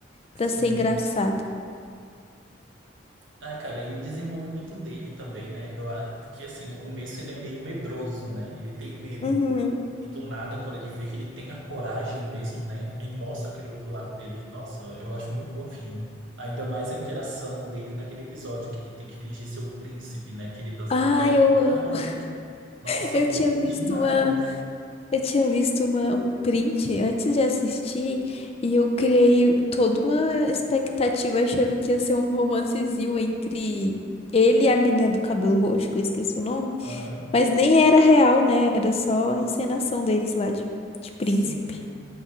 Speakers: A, on the left; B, on the right.
A: Pra
B: sim.
A: ser engraçado.
B: Ai, cara, e o desenvolvimento dele também, né? Eu acho que assim, no começo ele é meio medroso, né? Ele tem medo.
A: Uhum.
B: E do nada, quando ele vê que ele tem a coragem mesmo, né? Aí mostra aquele outro lado dele. Nossa, eu acho muito fofinho. Ainda mais a interação dele naquele episódio que ele tem que fingir ser o príncipe, né? Que ele dança
A: Ah,
B: com a Fern.
A: eu amo.
B: Ai, nossa,
A: <laughs> Eu
B: fofo
A: tinha visto
B: demais.
A: uma, eu tinha visto uma, um print antes de assistir e eu criei toda uma expectativa achando que ia ser um romancezinho entre ele e a menina do cabelo roxo, que eu esqueci o nome,
B: Aham.
A: mas nem era real, né? Era só a encenação deles lá de, de príncipe.
B: Sim.